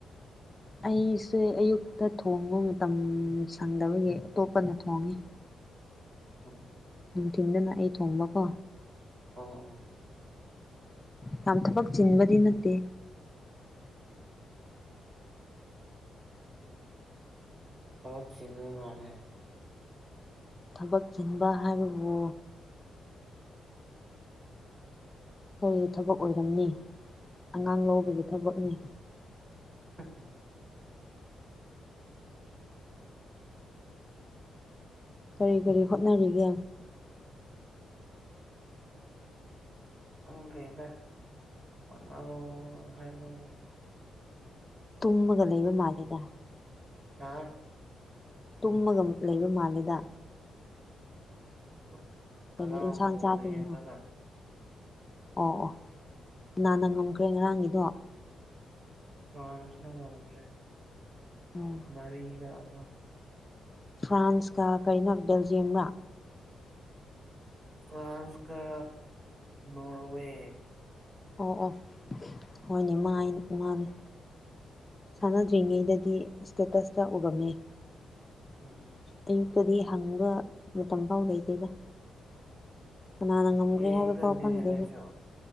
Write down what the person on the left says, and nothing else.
<inaudible> ꯑꯩꯁꯦ ꯑꯌꯨꯛꯇ ꯊꯣꯡꯕ ꯃꯇꯝ ꯁꯪꯗꯕꯒꯤ ꯑꯇꯣꯞꯄꯅ ꯊꯣꯡꯉꯦ
ꯅꯨꯡꯊꯤꯟꯗꯅ ꯑꯩ ꯊꯣꯡꯕꯀꯣ
ꯌꯥꯝ ꯊꯕꯛ ꯆꯤꯟꯕꯗꯤ ꯅꯠꯇꯦ
ꯊꯕꯛ ꯆꯤꯡꯕ ꯍꯥꯏꯕꯕꯨ ꯀꯔꯤ ꯊꯕꯛ ꯑꯣꯏꯔꯝꯅꯤ ꯑꯉꯥꯡ ꯂꯧꯕꯒꯤ ꯊꯕꯛꯅꯦ
ꯀꯔꯤ ꯀꯔꯤ ꯍꯣꯠꯅꯔꯤꯒꯦ <inaudible>
ꯇꯨꯝꯃꯒ ꯂꯩꯕ ꯃꯥꯜꯂꯦꯗ
ꯇꯨꯝꯃꯒꯝ ꯂꯩꯕ ꯃꯥꯂꯦꯗ
ꯀꯔꯤ ꯏꯟꯁꯥꯡ
ꯆꯥꯕꯒꯤꯅꯣ
ꯑꯣ ꯑꯣ ꯀꯅꯥꯅ ꯉꯝꯈ꯭ꯔꯦ ꯉꯔꯥꯡꯒꯤꯗꯣ
ꯑꯣ
ꯐ꯭ꯔꯥꯟꯁꯀ ꯀꯔꯤꯅꯣ ꯕꯦꯜꯖꯤꯌꯝꯔꯥ
ꯑꯣ ꯑꯣ ꯍꯣꯏꯅꯦ ꯃꯥꯢꯟ ꯃꯥꯅꯦ ꯁꯥꯟꯅꯗ꯭ꯔꯤꯉꯩꯗꯗꯤ ꯁ꯭ꯇꯦꯇꯁꯇ ꯎꯔꯝꯃꯦ
ꯑꯩ ꯀꯔꯤ ꯍꯪꯕ ꯃꯇꯝ ꯐꯥꯎ ꯂꯩꯇꯦꯗ ꯀꯅꯥꯅ ꯉꯝꯒ꯭ꯔꯦ
ꯍꯥꯏꯕ ꯐꯥꯎ ꯈꯪꯗꯦ